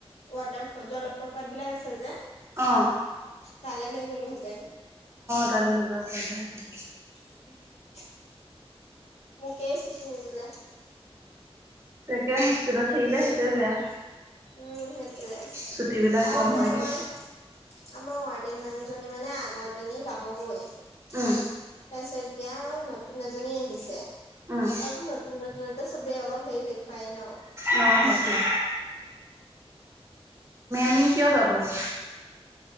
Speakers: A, on the left; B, on the right.
A: ৱাটাৰফল, জলপ্ৰপাত বিলাক আছে যে।
B: অঁ
A: তালে লৈ গ'লোহেঁতেন।
B: তালৈ লৈ যাব পাৰিলেহেঁতেন।
A: <inaudible> মোকেই ছুটি নিদিলে।
B: তাকে হোষ্টেলত থাকিলে সেইটোৱে বেয়া,
A: উম সেইটোয়ে
B: ছুটিবিলাক
A: আৰু
B: কম
A: মানে
B: হ'য়
A: আমাৰ
B: যে।
A: আমাৰ ৱাৰ্ডেন মেমজনী মানে আগৰ জনী যাবগৈ। তাৰপিছত
B: উম
A: এতিয়া নতুন এজনী আহিছে।
B: উম
A: আৰু নতুন নতুনতে চবে অলপ হেৰি দেখুৱায়ে ন।
B: অ সেইটোৱে উম, কিয় যাবগে?